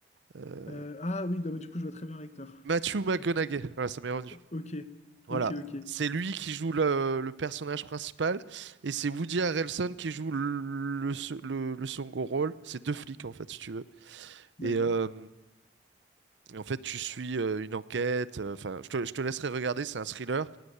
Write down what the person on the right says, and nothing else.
Euh,
Matthew McConaughey,
voilà, ça m'est revenu.
Voilà,
c'est lui qui joue le, le personnage principal et c'est Woody Harrelson qui joue le, le, se- le- le second rôle. C'est deux flics en fait, si tu veux.
Et, euh, et en fait, tu suis euh, une enquête. euh, Enfin, je te, je te laisserai regarder, c'est un thriller